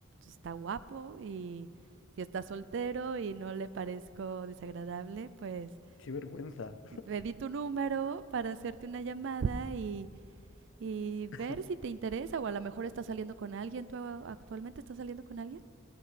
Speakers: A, on the right; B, on the left.
A: está guapo y si está soltero y no le parezco desagradable, pues
B: Qué vergüenza.
A: le di tu número para hacerte una llamada y, y
B: <laughs>
A: ver si te interesa o a lo mejor estás saliendo con alguien. ¿Tú actualmente estás saliendo con alguien?